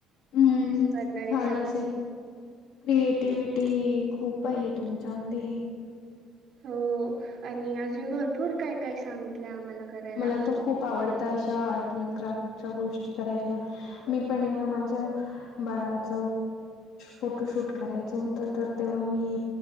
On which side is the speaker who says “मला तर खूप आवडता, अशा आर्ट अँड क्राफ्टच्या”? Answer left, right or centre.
Left